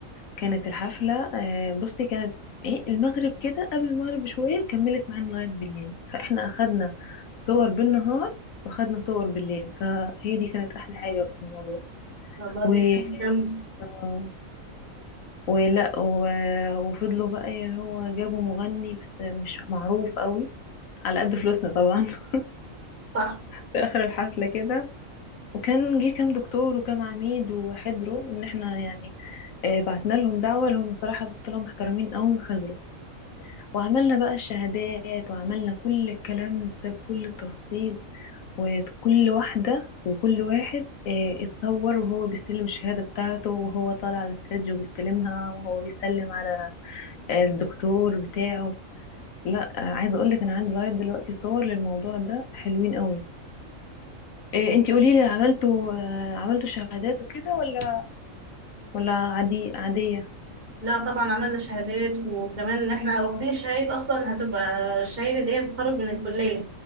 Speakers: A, on the left; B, on the right.
A: كانت الحفلة آه، بصي كانت ايه المغرب كده قبل المغرب بشوية كملت معانا لغاية بالليل فاحنا اخدنا صور بالنهار واخدنا صور بالليل فهي دي كانت احلى حاجة في الموضوع
B: والله
A: و
B: حاجه جامده
A: آه، ولا و... وفضلوا بقى اللي هو جابوا مغني بس مش معروف قوي على قد فلوسنا طبعا <laughs>
B: صح
A: في اخر الحفلة كده وكان جه كام دكتور وكام عميد وحضروا ان احنا يعني آه، بعتنا لهم دعوة لهم الصراحة طلعوا محترمين قوي وحضروا وعملنا بقى الشهادات وعملنا كل الكلام ده بكل التفاصيل وكل واحدة وكل واحد آه، اتصور وهو بيستلم الشهادة بتاعته وهو طالع على الستيج وبيستلمها وهو بيسلم على آه، الدكتور بتاعه لا آه، عايزة اقولك انا عندي لغاية دلوقتي صور للموضوع ده حلوين قوي آه، انتي قوليلي عملتوا آه، عملتوا شهادات وكده ولا ولا عادي عادية
B: لا طبعا عملنا شهادات وكمان ان احنا واخدين شهاده اصلا هتبقى الشهاده اللي هي التخرج من الكليه